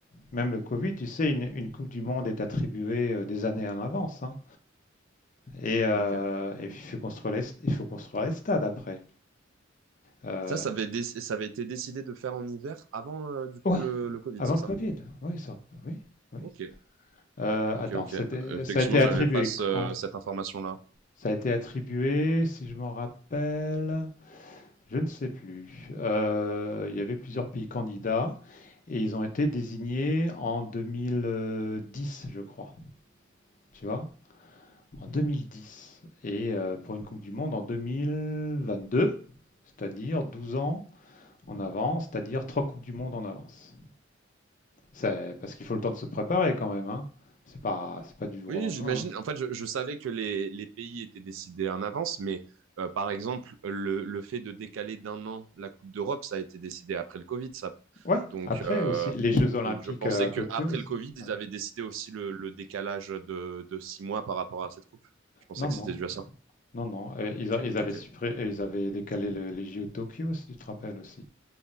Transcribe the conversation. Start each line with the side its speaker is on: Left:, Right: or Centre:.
Left: Même le Covid, tu sais, une, une Coupe du Monde est attribuée euh, des années à l'avance, hein. Et, euh,
Right: euh, ok. Et
Left: et il faut construire les, il faut construire les stades après. Euh,
Right: Ça, ça avait, dé- ça avait été décidé de faire en hiver avant euh, du coup
Left: ouais,
Right: le, le Covid,
Left: avant
Right: c'est
Left: le
Right: ça?
Left: Covid. Oui, ça- oui, oui.
Right: Ok,
Left: Euh,
Right: ok,
Left: attends,
Right: ok.
Left: c'était,
Right: Effectivement,
Left: ça a été attribué
Right: j'avais pas ce-
Left: quand?
Right: cette information-là.
Left: Ça a été attribué, si je m'en rappelle, je ne sais plus. Euh, il y avait plusieurs pays candidats et ils ont été désignés en 2010, je crois. Tu vois? en 2010 et euh, pour une Coupe du Monde en 2022, c'est-à-dire 12 ans en avance, c'est-à-dire trois Coupes du Monde en avance. C'est parce qu'il faut le temps de se préparer quand même, hein. C'est pas, c'est pas du jour
Right: Oui,
Left: au lendemain.
Right: j'imagine.
Left: hein.
Right: En fait, je, je savais que les, les pays étaient décidés en avance, mais euh, par exemple, le, le fait de décaler d'un an la Coupe d'Europe, ça a été décidé après le Covid, ça.
Left: Ouais,
Right: Donc,
Left: après
Right: euh,
Left: aussi, les Jeux Olympiques
Right: donc je pensais
Left: euh, à Tokyo,
Right: que après
Left: c'est...
Right: le Covid, ils
Left: ouais.
Right: avaient décidé aussi le, le décalage de, de six mois par rapport à cette coupe. Je pensais
Left: Non, non,
Right: que c'était dû à ça.
Left: non, non. euh, Ils, a- ils
Right: Ok,
Left: avaient suppré- euh, ils avaient décalé le- les JO de Tokyo, si tu te rappelles aussi.